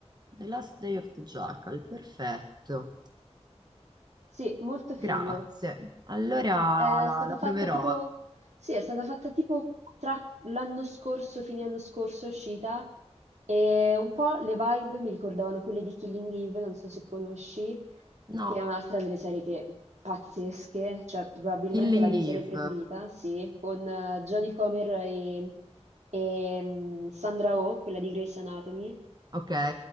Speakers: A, on the right (about 40°); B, on the right (about 80°).
A: The Last Day of the Jackal, perfetto.
B: Sì, molto
A: Grazie.
B: figo.
A: Allora
B: È
A: la,
B: stata
A: la
B: fatta
A: proverò.
B: tipo, sì, è stata fatta tipo tra l'anno scorso, fine anno scorso è uscita e un po' le vibe mi ricordavano quelle di Killing Eve, non so se conosci,
A: No,
B: che è un'altra delle serie che pazzesche, cioè probabilmente
A: Killing
B: la mia
A: Eve,
B: serie preferita, sì, con eh, Jodie Comer e, e, mm, Sandra Oh, quella di Grey's Anatomy.
A: ok?